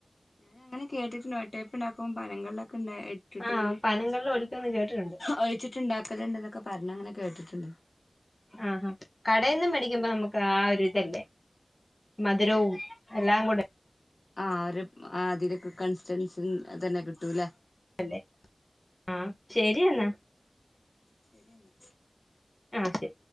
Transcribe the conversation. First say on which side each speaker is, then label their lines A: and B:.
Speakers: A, on the left (about 65°); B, on the left (about 20°).
A: ഞാൻ അങ്ങനെ കേട്ടിണ്ട് വട്ടായപ്പണ്ടാക്കുമ്പോ പനങ്കള്ളോക്കെ ഇണ്ടാ എട് ട്ടിട്ട്
B: ആ
A: ഇങ്ങനെ
B: പനങ്കള്ള് ഒഴിക്കുമെന്ന് കേട്ടിട്ടുണ്ട്
A: ഒഴിച്ചിട്ട് ഇണ്ടാക്കലിണ്ട്ന്നോക്കെ പറഞ്ഞങ്ങനെ കേട്ടിട്ടുണ്ട്
B: ആഹ് ആഹ് കടേന്ന് മേടിക്കുമ്പോ നമ്മക്ക് ആ ഒരു ഇതല്ലേ മധുരവും എല്ലാം കൂടെ
A: ആഹ് ഒരു അതിലൊക്കെ കൺസിസ്റ്റൻസി തന്നെ കിട്ടൂല്ലേ.
B: അല്ലേ ആ ശരി എന്നാ
A: ശരിയെന്നാ
B: ആഹ് ശരി